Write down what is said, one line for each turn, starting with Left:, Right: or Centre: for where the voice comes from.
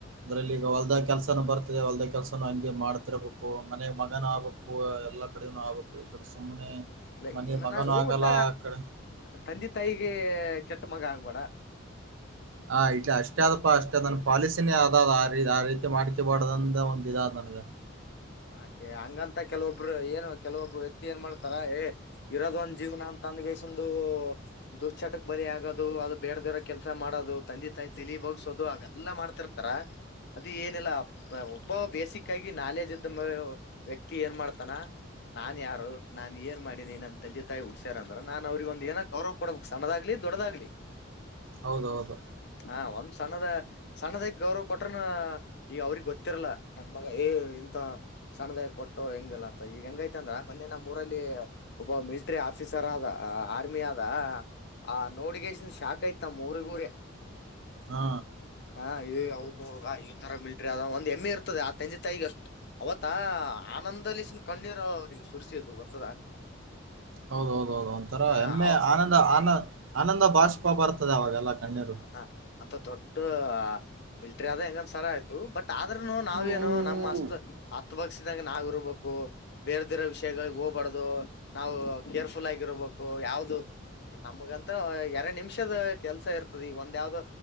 Right: ಅ್ರಲ್ಲಿ ಈಗ ಹೊಲದ ಕೆಲ್ಸನ ಬರ್ ಹೊಲ್ದ ಕೆಲ್ಸನು ಹಂಗೆ ಮಾಡ್ತಿರಬೇಕು ಮನೆಗ್ ಮಗನ ಆಗಬೇಕು ಎಲ್ಲಾ ಕಡೆನು ಆಗ್ಬೇಕು ಈ ಕಡೆ ಸುಮ್ಮನೆ
Left: ಇಲ್ಲ
Right: ಮನೆಗೆ
Left: ಏನನಾಗು
Right: ಮಗನು ಆಗಲ್ಲ
Left: ಒಟ್ಟ
Right: ಆಕಡೆ
Left: ತಂದೆ ತಾಯಿಗೆ ಕೆಟ್ಟ ಮಗ ಆಗ್ಬೇಡ
Right: ಹ ಇಟ್ಲಿ ಅಷ್ಟೇ ಆದಪ್ಪಾ ಅಷ್ಟ ನನ್ನ ಪಾಲಿಸಿನೇ ಅದ ಆ ಆದ ರೀತಿ ಮಾಡ್ಕಬಾರಡದಂದ ಒಂದ ಇದ ನನ್ಗ
Left: ಹ ಹಂಗಂತ ಕೆಲವೊಬ್ರು ಏನು ಕೆಲವೊಬ್ರು ವ್ಯಕ್ತಿ ಏನ್ ಮಾಡ್ತಾರ ಏ ಇರೋದು ಒಂದ ಜೀವನ ಅಂತ ಅಂದಕೆಸಿದು. ದುಶ್ಚಟಕ್ ಬಲಿ ಆಗೋದು ಅದು ಬೇಡದ ಇರೋ ಕೆಲಸ ಮಾಡೋದು ತಂದಿ ತಾಯಿ ತಲಿ ಬಗ್ಸೋದು ಅವೆಲ್ಲಾ ಮಾಡ್ತ ತಾರ ಅದು ಏನಿಲ್ಲ ಒಬ್ಬ ಬೇಸಿಕ್ ಆಗಿ ನಾಲೆಜ್ ಇದ್ದ ವ್ಯಕ್ತಿ ಏನ್ ಮಾಡ್ತಾನ್ ನಾನ್ ಯಾರು ನಾನ್ ಏನ್ ಮಾಡೀನಿ ನ ತಂದೆ ತಾಯಿ ಹುಡ್ಸ್ಯಾರಂದ್ರ ನಾನ್ ಅವ್ರಗ ಒಂದ ಏನೋ ಗೌರವ ಕೊಡ್ಬೇಕು ಸಮಣ್ಣದಾಗ್ಲಿ ದೊಡ್ಡದಾಗ್ಲಿ
Right: ಹೌದೌದು
Left: ಹಾ ಒಂದ್ ಸಣ್ಣದ ಸಣ್ಣದಾಗಿ ಗೌರವ್ ಕೊಟ್ರನ ಈಗ ಅವ್ರಿಗೆ ಗೊತ್ತಿರಲ್ಲಾ ನನ್ ಮಗ ಎ ಮ ಸಣ್ಣದ ಕೊಟ್ಟು ಹೆಂಗಲ್ಲ ಅಂತ ಈಗ ಹೆಂಗೈತಿ ಅಂದ್ರ ಮೋನ್ನೆ ನಮ್ಮ್ ಊರಲ್ಲಿ ಒಬ್ಬ ಮಿಲ್ಟ್ರಿ ಆಫೀಸರ್ ಆದ ಆರ್ಮಿ ಆದಾ ಆ ನೋಡ್ಗಸ ಶಾಖ ಆಯ್ತಮ್ಮ ಊರಿ ಹೋಗೆ
Right: ಹಾ
Left: ಹಾ ಈ ಅವದ್ ನೋಡ ವ ಈ ತರ ಮಲ್ಟ್ರಿ ಅದ ಒಂದ್ ಎಮ್ಮೆ ಇರ್ತದೆ ಆ ತಂದೆ ತಾಯಿಗೆ ಅಷ್ಟು ಅವತ್ತಾ ಆನಂದಲಿಸನ್ ಕಣ್ಣೀರ್ ಅವ್ರಿಗೆ ಸುರಿಸ್ದು ಗೊತ್ತದ
Right: ಹೌದ ಹೌದ ಹೌದು ಒಂತರ
Left: ಆ
Right: ಹೆಮ್ಮೆ ಆನಂದ ಆನ ಆನಂದ ಭಾಷ್ಪ ಬರ್ತದೆ ಅವಾಗೆಲ್ಲ ಕಣ್ಣೀರು
Left: ಹ ಅಂತ ದೊಡ್ಡ ಮಿಲ್ಟ್ರಿ ಆದ ಹೆಂಗಂದ ಸರ ಆಯ್ತು ಬಟ್ ಆದ್ರೂನು ನಾವೇನು
Right: ಹ್ಮ್
Left: ನಮ್ಮ ಅಸ್ತ್ ಹತ್ ಬಗ್ಸಿದಾಗ ನಾವ್ ಇರ್ಬೇಕು. ಬೇರೆದರ್ ವಿಷಯಗಳಿಗೆ ಹೋಗ್ಬಾರ್ದು ನಾವು ಕೇರ್ಫುಲ್ ಆಗಿರ್ಬೇಕು ಯಾವ್ದು ಈ ನಮ್ಗಂತ ಎರಡ್ ನಿಮಿಷದ ಕೆಲ್ಸ ಇರ್ತದೆ ಈಗ ಒಂದ ಯಾವ್ದ